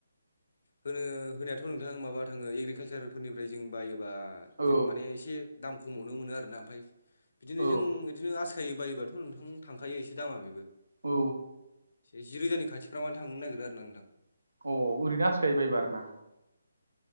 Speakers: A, on the left; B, on the right.
A: होनो होनायाथ' नोंथां माबा थाङो एग्रिकालसारफोरनिफ्राय जों बायोबा
B: औ
A: जों माने एसे दाम खमावनो मोनो आरोना ओमफ्राय बिदिनो
B: औ
A: जों बिदिनो आस फथायायो बायोबाथ' नोंथां थांखायो एसे दामा बेबो
B: औ
A: एसे जि रोजानि खाथि फोरमान थांनो नागिरो आरो नोंथां।
B: अ ओरैनो हास्खायबाय बार ना?